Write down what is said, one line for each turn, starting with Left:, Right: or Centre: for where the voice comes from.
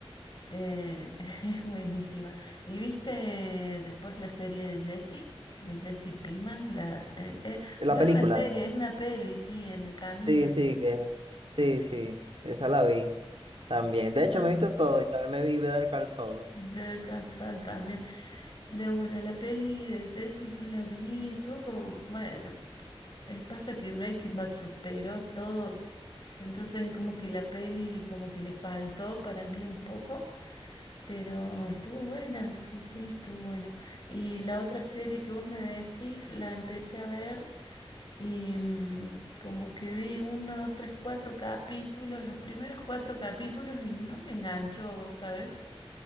Left: Eh, <laughs> es buenísima. ¿Y viste después la serie de Jesse? De Jesse Pinkman. La, eh, eh,
Right: La
Left: no
Right: película.
Left: es una serie, es una peli, sí, en el camino.
Right: Sí, sí, que sí, sí, esa la vi también.
Left: Esa.
Right: De hecho, me he visto todo y también me vi Better Call Saul.
Left: Better Call Saul también. De una, la peli de Jesse yo la vi, estuvo como, bueno, eh, pasa que Breaking Bad superó todo, entonces como que la peli como que le faltó para mí un poco, Pero estuvo buena, sí, sí, estuvo buena. Y la otra serie que vos me decís, la empecé a ver y mm, como que vi uno, dos, tres, cuatro capítulos, los primeros cuatro capítulos y no me enganchó, vos sabés.